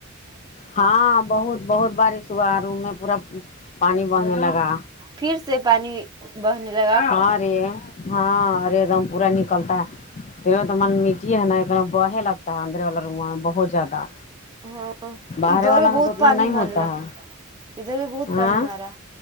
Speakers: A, on the left; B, on the right.
A: ہاں بہت بہت بارش ہوا روم میں پورا پانی بہرنے لگا
B: پھر سے پانی بہرنے لگ
A: ہاں رے ہاں ارے
B: <unintelligible>
A: پورا نکلتا ہے تیرا تو من مٹی ہے نا ایک دم بہے لگتا ہے اندرے والا روما میں بہت زیادہ
B: ہاں
A: باہرے
B: ا دھر
A: والا میں
B: بہت
A: تو اتنا
B: پانی
A: نہیں
B: مرلا
A: ہوتا ہے
B: ادھر بھی بہت
A: ہاں
B: پانی مارا